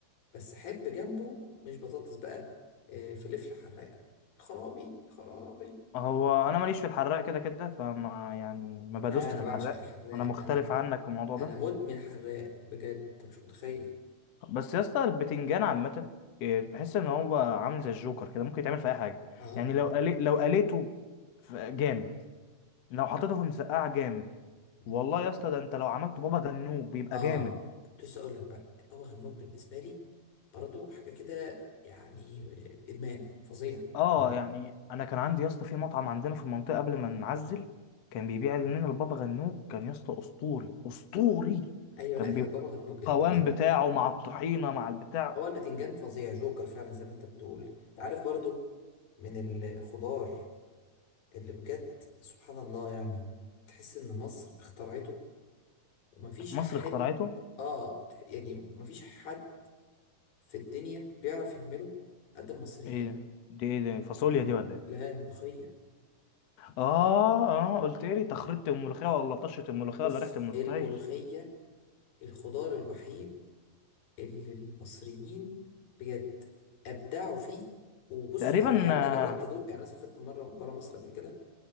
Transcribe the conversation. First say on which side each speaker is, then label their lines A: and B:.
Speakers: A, on the left; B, on the left.
A: بس احب جنبه مش بطاطس بقى آه، فلفل حراق خرابي خرابي
B: هو انا ماليش في الحراق كده كده فما يعني ما بدوست
A: آه، انا
B: في
A: بعشق
B: الحراق
A: الحراق
B: انا مختلف
A: انا
B: عنك في الموضوع ده
A: انا مدمن حراق بجد أنت مش متخيل
B: بس يا اسطى البتنجان عامه إيه، بحس ان هو عامل زي الجوكر كده ممكن يتعمل في اي حاجه
A: اه
B: يعني لو قلي... لو قليته في- جامد لو حطيته في مسقعه جامد
A: امم
B: والله يا اسطى ده انت لو عملته بابا غنوج بيبقى
A: اه
B: جامد
A: كنت لسه اقول لك بقى الطبخ الموج بالنسبه لي برضه حاجه كده يعني ادمان فظيع
B: اه
A: انا
B: يعني انا كان عندي يا اسطى في مطعم عندنا في المنطقه قبل ما نعزل كان بيبيع لنا البابا غنوج كان يا اسطى اسطوري اسطوري
A: ايوه
B: كان
A: لا هي
B: بيبقى
A: البابا غنوج
B: القوام
A: ال-
B: بتاعه مع الطحينه مع البتاع
A: هو البتنجان فظيع جوكر فعلا زي ما انت بتقول انت عارف برضه من الخضار اللي بجد سبحان الله يعني تحس ان مصر اخترعته ومفيش
B: مصر
A: حد
B: اخترعته
A: اه وت- يعني مفيش حد في الدنيا بيعرف يعمله قد المصريين
B: ايه ده دي ايه ده فاصوليا
A: الم-
B: دي ولا ايه
A: لا الملوخيه
B: اه اه قلت لي تخريطه الملوخيه ولا طشه الملوخيه
A: بص
B: ولا ريحه الملوخيه
A: الملوخيه الخضار الوحيد اللي المصريين بجد ابدعوا فيه وبص
B: تقريبا
A: انا يعني
B: آه،
A: انا جربت ادوق يعني انا سافرت مره بره مصر قبل كده